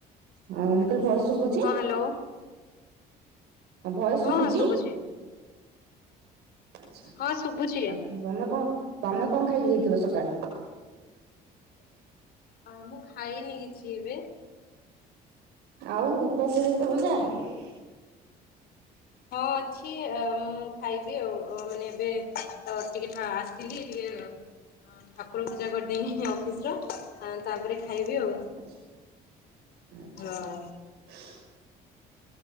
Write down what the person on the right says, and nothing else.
ହଁ ମୁଁ କହିଲି ଭୟସ ଶୁଗୁଚି?
ହଁ ଭୟସ୍ ଶୁଗୁଚି?
ଆଚ୍ଛା
ଆ ତମେ କଣ ତମେ କଣ ଖାଇକି ଯାଇଥିଲ ସକା
ଆଉ ଉପାସରେ ଏତେବେଳ ଯାଁ?
ଆଚ୍ଛା ଆଚ୍ଛା
ଆଚ୍ଛା।